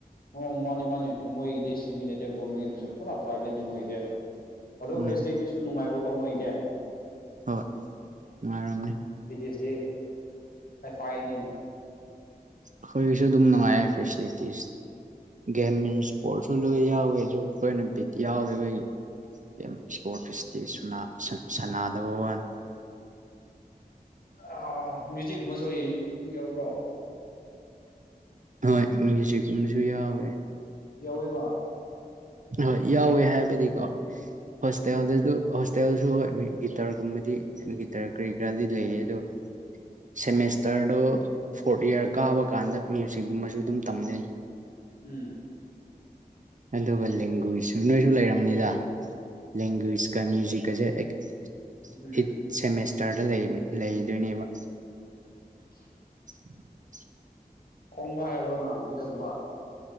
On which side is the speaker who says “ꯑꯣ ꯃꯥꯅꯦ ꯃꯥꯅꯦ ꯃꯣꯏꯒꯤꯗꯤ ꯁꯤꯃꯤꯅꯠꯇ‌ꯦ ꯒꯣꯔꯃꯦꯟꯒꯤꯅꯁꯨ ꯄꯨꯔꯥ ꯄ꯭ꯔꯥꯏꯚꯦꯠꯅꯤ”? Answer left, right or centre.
Left